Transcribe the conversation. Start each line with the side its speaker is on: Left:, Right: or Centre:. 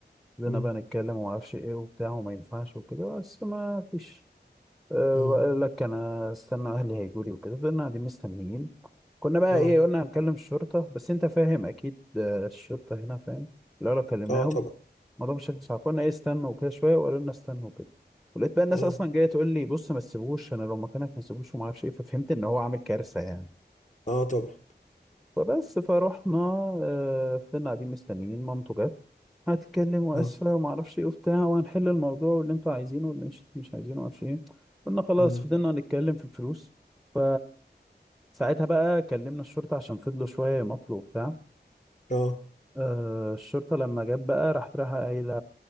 Centre: بدنا
Left: امم
Centre: بقى نتكلم وما اعرفش ايه وبتاع وما ينفعش وكده بس ما فيش أه
Left: امم
Centre: وقال لك انا استنى اهلي هيجوا لي وكده فضلنا قاعدين مستنيين كنا بقى
Left: اه
Centre: ايه قلنا هنكلم الشرطه بس انت فاهم اكيد آه، الشرطه هنا فاهم لو لو كلمناهم
Left: اه طبعا
Centre: الموضوع مش هيخلص عارفين ايه استنوا وكده شويه وقالوا لنا استنوا وكده ولقيت بقى الناس
Left: اه
Centre: اصلا جايه تقول لي بص ما تسيبوش انا لو مكانك ما تسيبوش وما اعرفش ايه ففهمت ان هو عامل كارثه يعني
Left: اه طبعا
Centre: فبس فروحنا آه، فضلنا قاعدين مستنيين مامته جت هتتكلم واسفه
Left: اه
Centre: وما اعرفش ايه وبتاع وهنحل الموضوع واللي انتوا عايزينه واللي مش مش عايزينه ما اعرفش ايه قلنا خلاص
Left: امم
Centre: فضلنا نتكلم في الفلوس ف ساعتها بقى كلمنا الشرطه عشان فضلوا شويه يمطلوا وبتاع
Left: اه
Centre: آه، الشرطه لما جت بقى راحت رايحه قايله